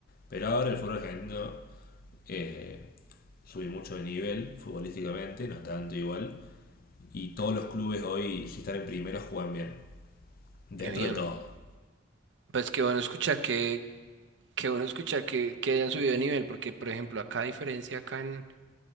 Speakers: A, on the left (about 50°); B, on the right (about 65°).
A: Pero ahora el fútbol argentino eh, sube mucho de nivel futbolísticamente, no tanto igual, y todos los clubes hoy, si están en primera, juegan bien, dentro
B: qué bien.
A: de todo.
B: Pues qué bueno escuchar que, qué bueno escuchar que, que hayan subido de nivel, porque por ejemplo, acá a diferencia acá en,